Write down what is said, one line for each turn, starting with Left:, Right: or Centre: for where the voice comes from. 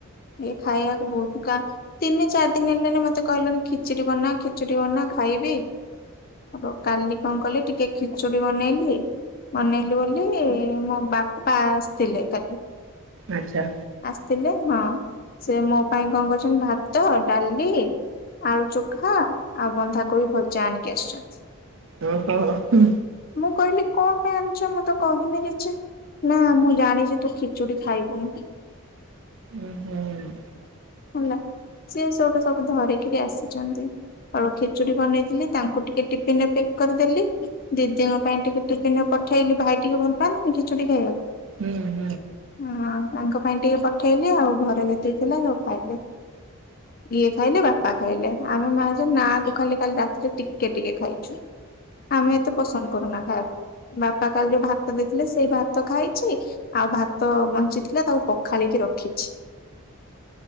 Left: ଇଏ ଖାଇବାକୁ। ବହୁତ କା ତିନି ଚାରି ଦିନ ହେଲେଣି ମତେ କହିଲେଣି ଖିଚୁଡି ବନା ଖିଚୁଡି ବନା ଖାଇବି। ଆଉ କାଲି କଣ କଲି ଟିକେ ଖିଚୁଡି ବନେଇଲି। ମନେଇଲି ବୋଲି ମୋ ବାପା ଆସିଥିଲେ କାଲି।
Right: ଆଚ୍ଛା।
Left: ଆସିଥିଲେ ହଁ ସେ ମୋ ପାଇଁ କଣ କରୁଛନ୍ତି ଭାତ ଡାଲି ଆଳୁ ଚୋଖା ଆଉ ବନ୍ଧା କୋବି ଭଜା ଆଣିକି ଆସିଛନ୍ତି।
Right: ଓହୋ ହୁଁ।
Left: ମୁଁ କହିଲି କଣ ପାଇଁ ଆଣିଛ ମୁଁ ତ କହିିନି କିଛି। ନା ମୁଁ ଜାଣିଛି ତୁ ଖିଚୁଡ଼ି ଖାଇବୁନୁ।
Right: ଉଁ ହୁଁ।
Left: <unintelligible> ସିଏ ସେଟୁ ସବୁ ଧରିକିରି ଆସିଛନ୍ତି। ଅ ଖିଚୁଡ଼ି ବନେଇଥିଲି ତାଙ୍କୁ ଟିକେ ଟିଫିନରେ ପ୍ୟାକ୍ କରିକି ଦେଲି ଦିଦିଙ୍କ ପାଇଁ ଟିକେ ଟିଫିନରେ ପ ପଠେଇଲି ଭାଇ ଟିକେ ଭଲ ପାଆନ୍ତିନି ଖିଚୁଡ଼ି ଖାଇବାକୁ।
Right: ହୁଁ।
Left: ହଁ ତାଙ୍କ ପାଇଁ ଟିକେ ପଠେଇଲେ ଆଉ ଘରେ ଯେତିକି ଥିଲା ସବୁ ଖାଇଲେ। ଇଏ ଖାଇଲେ ବାପା ଖାଇଲେ। ଆମେ ମା ଝିଅ ନା କୁ ଖାଲି କାଲି ରାତିରେ ଟିକେ ଟିକେ ଖାଇଛୁ। ଆମେ ଏତେ ପସନ୍ଦ କରୁନା ଖାଇବାକୁ। ବାପା କାଲି ଯୋଉ ଭାତ ଦେଇଥିଲେ ସେଇ ଭାତ ଖାଇଚି। ଆଉ ଭାତ ବଞ୍ଚିଥିଲା ତାକୁ ପଖାଳିକି ରଖିଚି।